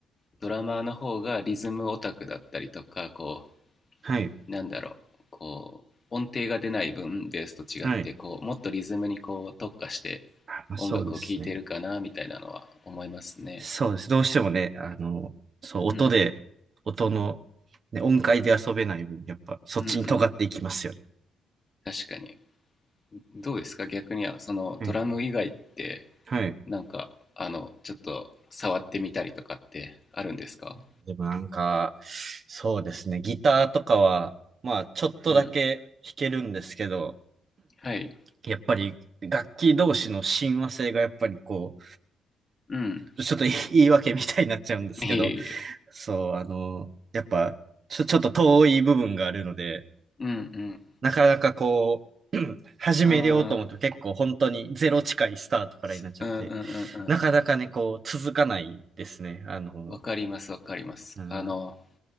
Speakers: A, on the left (about 30°); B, on the right (about 50°).
A: ドラマーの方がリズムオタクだったりとか、こ
B: はい。
A: なんだろう、こう、音程が出ない分、ベースと違って、
B: はい。
A: こう、もっとリズムにこう特化して
B: あまあ、そうですね。
A: 音楽を聴いてるかな、みたいなのは思いますね。
B: そうです。どうしてもね、あの、そう、音で、
A: うん、
B: 音の、ね、音階で遊べない分、やっぱ、そっちに尖っていきますよ
A: うん、うん。確かに。どうですか逆には、そのドラム以外って、
B: ね。はい。はい。
A: なんか、あの、ちょっと触ってみたりとかってあるんですか
B: でもなんか、そうですね。ギターとかは、まあ、ちょっとだけ弾けるんですけど、
A: うん。はい。
B: やっぱり、楽器同士の親和性がやっぱりこ
A: うん。
B: う、ちょっと言い <laughs> 言い訳みたいになっちゃうんですけど、
A: いえいえ。
B: そう、あの、やっぱ、ちょ、ちょっと遠い部分があるので、
A: うんうん。
B: なかなかこう、<clears throat> 始めようと思うと結構本当にゼロ近いスタートからになっちゃって、
A: ああ、すうんうんうんう
B: なかなかね、こう、続かないですね。あの、
A: ん。わかります、わかります。
B: うん、
A: あの、